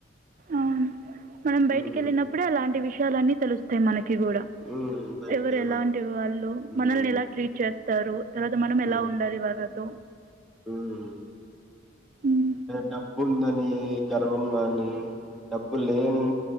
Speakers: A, on the right; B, in the centre.
A: అవును. మనం బయటికి
B: ఉమ్
A: వెళ్ ఇప్పుడు అలాంటి విషయాలన్నీ తెలుస్తాయి మనకి కూడా
B: ఉమ్ బయటికెళ్ళినప్పుడు
A: ఎవరు ఎలాంటి వాళ్ళు
B: ఉమ్
A: మనల్ని ఎలా ట్రీట్ చేస్త తరు తర్వాత మనం ఎలా
B: ఉమ్
A: ఉండాలి. వర్ లో
B: ఉమ్
A: ఉహ్
B: డబ్బు ఉందని గర్వం గాని డబ్బు లేని